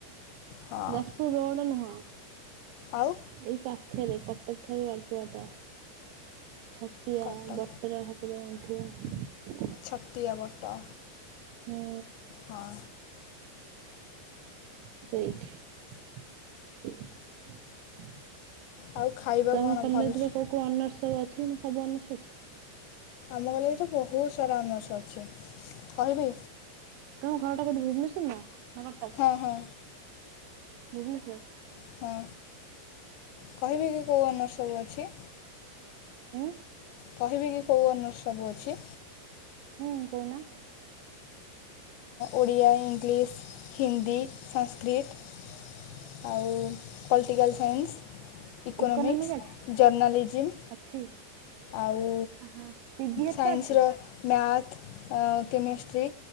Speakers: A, on the left; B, on the right.
A: ହଁ
B: ଯାଜପୁର ରୋଡ ନୁହଁ।
A: ଆଉ
B: ଏଇ ପାଖ ଖେ କଟକ ଠାରୁ ଆଳପୁ ବାଟ। ଛତିଆ
A: କଟକ
B: ବଟର ଠାକୁର ଥିବ
A: ଛତିଆ ବଟ
B: ହୁଁ
A: ହଁ
B: ସେଇଠି ତମ
A: ଆଉ ଖାଇବା କଣ
B: କଲେଜରେ
A: ଭଲ
B: କୋଉ କୋଉ ଅନର୍ସ ସବୁ ଅଛି ନା ସବୁ ଅନର୍ସ ଅଛି
A: ଆମ କଲେଜରେ ତ ବହୁତ ସାରା ଅନସଃ ଅଛି କହିବି
B: ତମ ଘରଟା କୋଉଠି ଭୁବନେଶ୍ୱର ନା ନା କଟକ
A: ହଁ ହଁ
B: ଭୁବନେଶ୍ୱର
A: ହଁ କହିବି କି କୋଉ ଅନର୍ଷ ସବୁ ଅଛି
B: ହୁଁ
A: କହିବି କି କେଉଁ ଅନର୍ଷ ସବୁ ଅଛି
B: ହୁଁ କହୁନା
A: ଓଡ଼ିଆ ଇଂଲିଶ ହିନ୍ଦୀ ସାଂସ୍କ୍ରିକ ଆଉ ପଲିଟିକାଲ ସାଇନ୍ସ ଇକୋନୋମିକ୍ସ
B: ଇକୋନୋମିକ ଅଛି
A: ଜର୍ଣାଲିଜିମ୍
B: ଅଛି
A: ଆଉ
B: ହଁ ପିଜି ହେରିକା
A: ସାଇନ୍ସର
B: ଅଛି
A: ମ୍ୟାଥ୍ ଆ କେମିଷ୍ଟ୍ରି